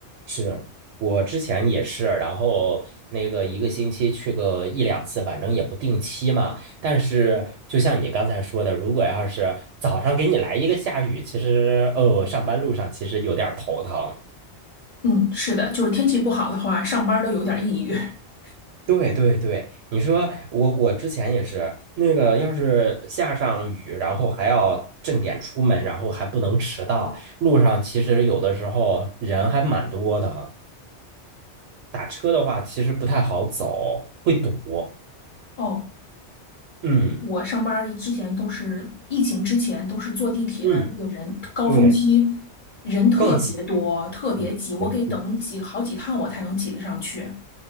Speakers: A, on the right; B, on the left.
A: 是我之前也是，然后那个一个星期去个一两次，反正也不定期嘛。但是就像你刚才说的，如果要是早上给你来一个下雨，其实哦，上班路上其实有点儿头疼。
B: 嗯，是的，就是天气不好的话，上班儿都有点儿抑郁。<laughs>
A: 对对对，你说我我之前也是那个，要是下上雨，然后还要正点出门，然后还不能迟到，路上其实有的时候人还蛮多的，打车的话其实不太好走，会堵。
B: 哦，
A: 嗯。
B: 我上班儿之前都是疫情之前都是坐地铁的，
A: 嗯，
B: 那个人高峰期
A: 对，
B: 人特别多，
A: 更挤。
B: 特别挤，
A: 嗯，
B: 我给等几好几趟我才能挤得上去。
A: 严肃